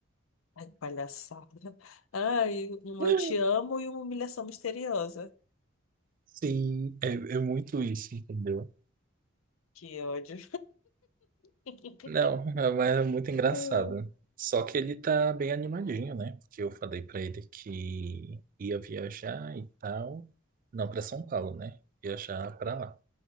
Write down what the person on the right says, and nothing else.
<laughs>
Sim, é, é muito isso, entendeu?
Não, é- mas é muito engraçado.
Só que ele tá bem animadinho, né? Porque eu falei pra ele que ia viajar e tal. Não, pra São Paulo, né? Viajar pra lá.